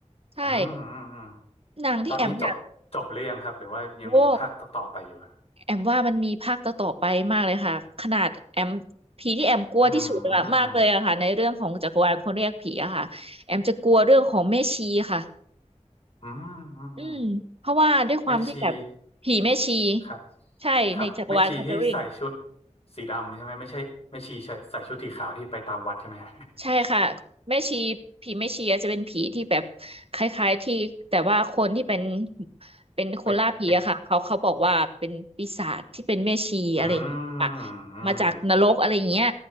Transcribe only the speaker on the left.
อืมอืมอืม
ตอนนี้จบจบหรือยังครับหรือว่ายังมีภาคต่อๆไปอยู่อะ
อืมอืมอืมอืม
แม่ชี ครับ
ครับแม่ชีที่ใส่ชุดสีดำใช่ไหมไม่ใช่แม่ชีใส่ใส่ชุดสีขาวที่ไปตามวัดใช่ไหมฮะ
<laughs> เป็นไปอืมอืม